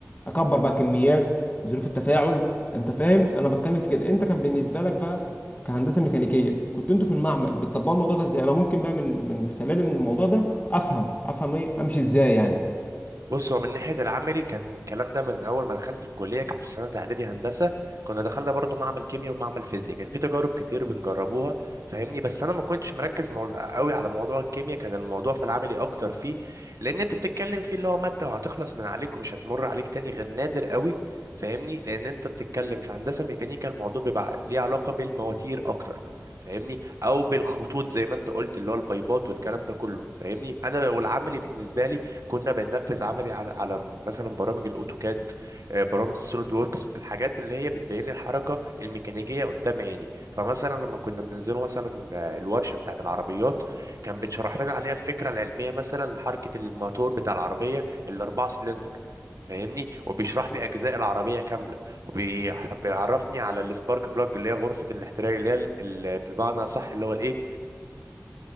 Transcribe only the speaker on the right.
بص هو من ناحية العملي كان الكلام ده من أول ما دخلت الكلية كانت في سنة إعدادي هندسة كنا دخلنا برضو معمل كيمياء ومعمل فيزياء كان في تجارب كتير بنجربوها فاهمني بس أنا ما كنتش مركز موضوع قوي على موضوع الكيمياء كان الموضوع في العملي أكتر فيه لأن أنت بتتكلم فيه اللي هو مادة وهتخلص من عليك ومش هتمر عليك تاني غير نادر قوي فاهمني لأن أنت بتتكلم في هندسة ميكانيكا الموضوع بيبقى ليه علاقة بالمواتير أكتر فاهمني او بالخطوط زي ما انت قلت اللي هو البايبات والكلام ده كله فاهمني انا والعملي بالنسبه لي كنا بننفذ عملي على على مثلا برامج الاوتوكاد آه، برامج السوليد ووركس الحاجات اللي هي بتبين لي الحركه الميكانيكيه قدام عيني فمثلا لما كنا بننزله مثلا آه، الورشه بتاعه العربيات كان بيتشرح لنا عليها الفكره العلميه مثلا لحركه الموتور بتاع العربيه الاربعه سلندر فاهمني وبيشرح لي اجزاء العربيه كامله وبيعرفني على السبارك بلاج اللي هي غرفه الاحتراق اللي هي ال- ال- بمعنى صح اللي هو الايه